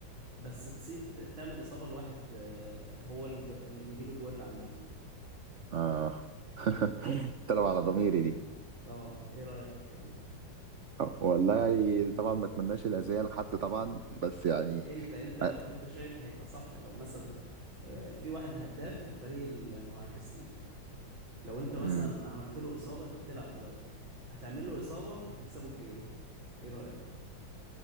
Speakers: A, on the right; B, on the right.
A: بس تصي... ت- تعمل إصابة لواحد آه، هو اللي, جو- اللي بيجيب الجوال اللي عندهم
B: اه <laughs> طلب على ضميري دي
A: أه إيه رأيك في الكلام ده؟
B: آه، والله يعني طبعا ما اتمناش الاذيه لحد طبعا بس يعني
A: أنت أنت لو
B: آه،
A: أنت شايف هيبقى صح لو مثلا آه، في واحد هداف في الفريق المعاكس ليك لو أنت مثلا
B: أمم،
A: عملت له إصابة أنت بتلعب دلوقتي هتعمل له إصابة هتكسبه الجيم إيه رأيك؟